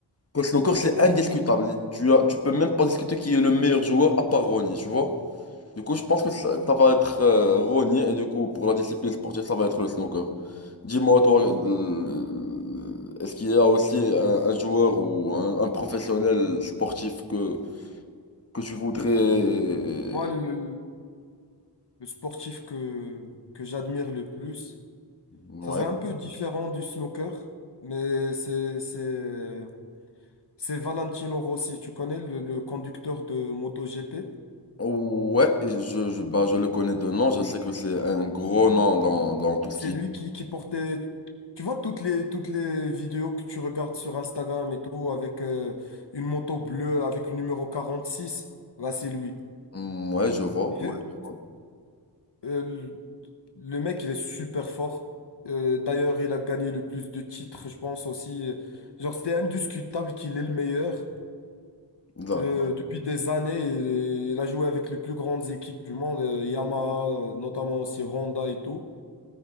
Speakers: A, on the left (about 35°); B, on the left (about 70°).
A: qu'au snooker, c'est indiscutable. Tu as, tu peux même pas discuter qui est le meilleur joueur à part Ronnie, tu vois. Du coup, je pense que ça, ça va être euh, Ronnie et du coup, pour la discipline sportive, ça va être le snooker. Dis-moi, toi, le- est-ce qu'il y a aussi un, un joueur ou un, un professionnel sportif que, que tu voudrais...
B: Moi, le, le sportif que, que j'admire le plus.
A: Ouais.
B: Ça serait un peu différent du snooker, mais c'est, c'est, c'est Valentino Rossi, tu connais le, le conducteur de MotoGP?
A: Ouais, et je, je, bah, je le connais de nom, je sais que c'est un gros nom dans, dans tout ce
B: C'est
A: qui
B: lui
A: est...
B: qui, qui portait, tu vois, toutes les, toutes les vidéos que tu regardes sur Instagram et tout, avec euh, une moto bleue, avec le numéro quarante six. là, c'est lui.
A: Mm, Ouais, je vois,
B: Il fait-
A: ouais, je vois.
B: euh, le mec, il est super fort. Euh, d'ailleurs, il a gagné le plus de titres, je pense aussi. Genre, c'était indiscutable qu'il est le meilleur.
A: D'accord.
B: Euh, depuis des années, il il a joué avec les plus grandes équipes du monde, euh, Yamaha, euh, notamment aussi Honda et tout.